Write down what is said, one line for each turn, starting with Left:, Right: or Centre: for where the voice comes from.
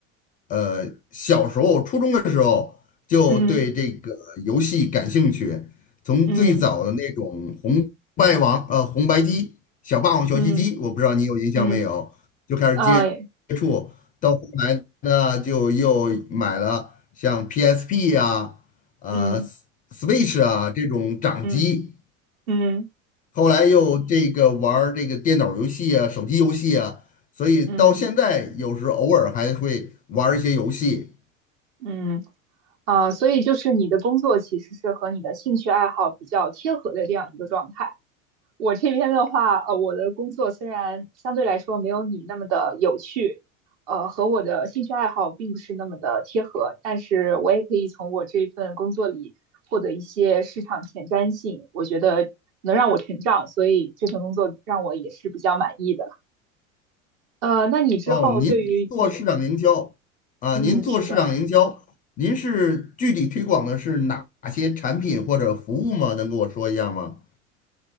Left: 呃小时候，初中的时候就对这个游戏感兴趣，
Right: 嗯
Left: 从最早的那种红白王，
Right: 嗯
Left: 呃红白机、小霸王学习机，
Right: 嗯
Left: 我不知道你有印象没有，
Right: 嗯
Left: 就开始接
Right: 呃，
Left: 触，到后来呢就又买了像 PSP 啊、呃
Right: 嗯
Left: Switch 啊这种掌机。
Right: 嗯嗯
Left: 后来又这个玩儿这个电脑游戏啊、手机游戏啊，所以到现在有时偶尔还会玩儿一些游戏。
Right: 嗯嗯嗯。啊，所以就是你的工作其实是和你的兴趣爱好比较贴合的这样一个状态。我这边的话，呃，我的工作虽然相对来说没有你那么的有趣，呃，和我的兴趣爱好并不是那么的贴合，但是我也可以从我这份工作里获得一些市场前瞻性，我觉得能让我成长，所以这份工作让我也是比较满意的。呃，那你之后对于你，
Left: 哦，您是做市场营销啊，
Right: 嗯，
Left: 您做市场营销，
Right: 是的。
Left: 您是具体推广的是哪些产品或者服务吗？能跟我说一下吗？